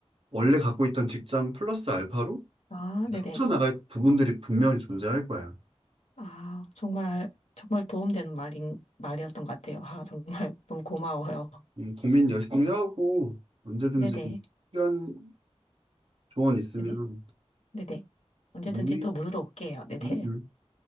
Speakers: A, on the right; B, on the left.
A: 원래 갖고 있던 직장 플러스 알파로
B: 아,
A: 합쳐나갈
B: 네네.
A: 부분들이 분명히 존재할 거야.
B: 아, 정말, 정말 도움되는 말인, 말이었던 것 같아요. 아, 정말 <laughs> 너무 고마워요.
A: 이 고민 열심히 하고 언제든지
B: 네네.
A: 필요한 조언 있으면
B: 네네. 네네. 언제든지
A: 문의
B: 또 물으러 올게요. 네네.
A: 음, 음,
B: <laughs>